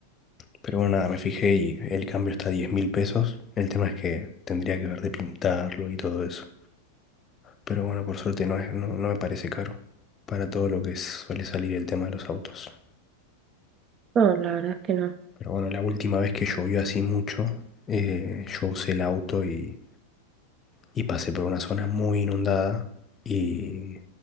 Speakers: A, on the left; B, on the right.
A: pero bueno, nada, me fijé y el cambio está a 10 mil pesos. El tema es que tendría que ver de pintarlo y todo eso. Pero bueno, por suerte no es, no, no me parece caro para todo lo que suele salir el tema de los autos.
B: No, la verdad es que no.
A: Pero bueno, la última vez que llovió así mucho, eh, yo usé el auto y, y pasé por una zona muy inundada y